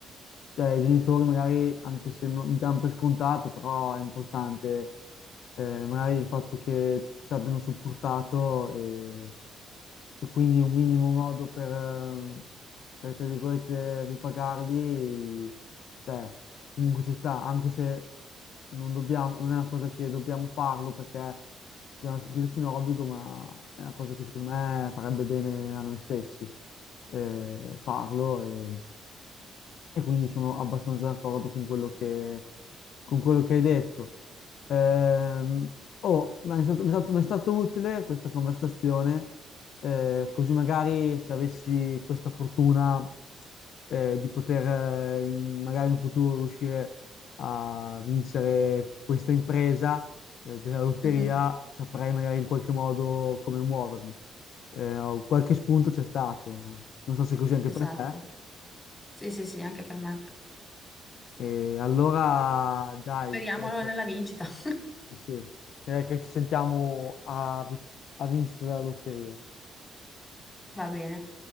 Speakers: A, on the left; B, on the left.
A: Cioè, i genitori magari, anche se non diamo per scontato, però è importante eh, magari il fatto che ci abbiano supportato e, e quindi un minimo modo per, eh, per, tra virgolette, ripagarli, cioè, comunque ci sta, anche se non dobbiamo, non è una cosa che dobbiamo farlo perché bisogna sentirsi in obbligo, ma è una cosa che secondo me farebbe bene a noi stessi eh, farlo. E... E quindi sono abbastanza d'accordo con quello che, con quello che hai detto. Ehm, oh, ma è stato- mi è stato, mi è stato utile questa conversazione, eh, così magari se avessi questa fortuna, eh, di poter, eh, in- magari in futuro riuscire a vincere questa impresa, eh, della lotteria,
B: <laughs>
A: saprei magari in qualche modo come muovermi. Eh, qualche spunto c'è stato. Non so se è così anche
B: esatto.
A: per te.
B: Sì, sì, sì, anche per me.
A: E allora dai,
B: Speriamo
A: direi
B: allora
A: che,
B: nella vincita. <laughs>
A: sì, sì, direi che ci sentiamo a, vi- a vincita della lotteria.
B: Va bene.